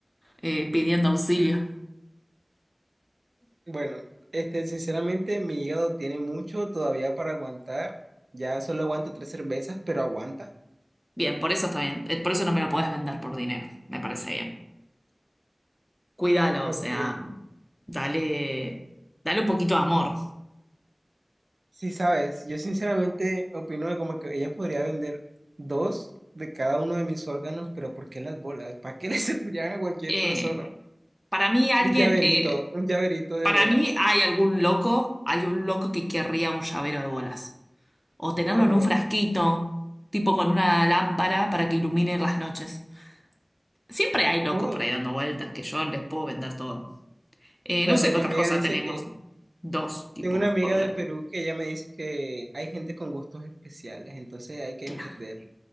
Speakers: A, in the centre; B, on the right (about 85°).
A: eh, pidiendo auxilio.
B: Bueno, este, sinceramente, mi hígado tiene mucho todavía para aguantar. Ya solo aguanto tres cervezas, pero aguanta.
A: Bien, por eso está bien. Eh, Por eso no me lo podés vender por dinero. Me parece bien. Cuídalo,
B: Ok.
A: o sea, dale, dale un poquito de amor.
B: Sí, sabes, yo sinceramente opino que como que ella podría vender dos de cada uno de mis órganos, pero ¿por qué las bolas? ¿Para qué le <laughs> servirían a cualquier
A: Eh,
B: persona?
A: para mí alguien,
B: El llaverito,
A: eh,
B: un llaverito de
A: para
B: bolas.
A: mí hay algún loco, hay un loco que querría un llavero de bolas. O tenerlo
B: Claro.
A: en un frasquito, tipo con una lámpara para que ilumine las noches. Siempre hay locos
B: Oh.
A: por ahí dando vueltas que yo les puedo vender todo. Eh,
B: Claro,
A: no sé
B: mi
A: qué otras
B: amiga
A: cosas
B: dice
A: tenemos.
B: que,
A: Dos, tipo
B: tengo una amiga
A: órgano.
B: de Perú que ella me dice que hay gente con gustos especiales, entonces hay que
A: Claro.
B: entender.